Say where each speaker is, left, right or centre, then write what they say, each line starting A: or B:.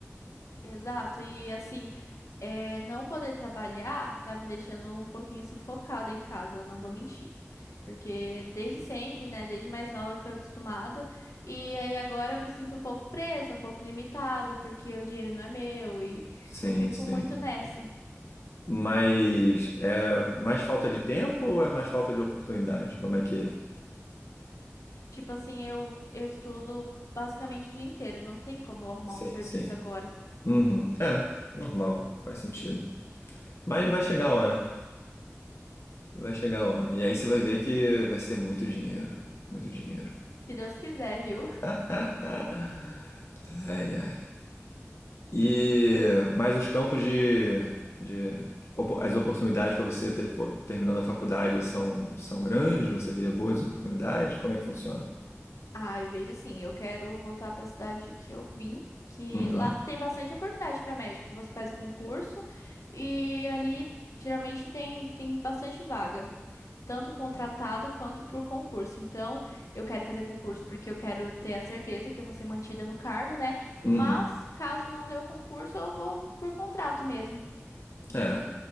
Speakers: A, on the left; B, on the left.
A: Exato. E assim. É, não poder trabalhar tá me deixando um pouquinho sufocada em casa, não vou mentir. Porque desde sempre, né, desde mais nova eu fui acostumada, e aí agora eu me sinto um pouco presa, um pouco limitada, porque o dinheiro não é meu e
B: Sim,
A: eu fico
B: sim.
A: muito nessa.
B: Mas é mais falta de tempo ou é mais falta de oportunidade? Como é que é?
A: Tipo assim, eu, eu estudo basicamente o dia inteiro, não tem como eu arrumar
B: Sim,
A: um serviço
B: sim.
A: agora.
B: Uhum. É, normal, faz sentido. Mas vai chegar a hora. Vai chegar a hora. E aí você vai ver que vai ser muito dinheiro. Muito dinheiro.
A: Se Deus quiser, viu?
B: <laughs> Ai, ai. E mais os campos de, de opo- as oportunidades para você ter, fo- terminando a faculdade são, são grandes, você vê boas oportunidades, como é que funciona?
A: Ai, vejo sim, eu quero voltar para a cidade que eu vim, que
B: Uhum.
A: lá tem bastante oportunidade para médico. Você faz o concurso e ali geralmente tem, tem bastante vaga, tanto contratada quanto por concurso. Então, eu quero fazer concurso porque eu quero ter a certeza que eu vou ser mantida no cargo, né?
B: Uhum.
A: Mas caso não dê o concurso, eu vou por contrato mesmo.
B: É,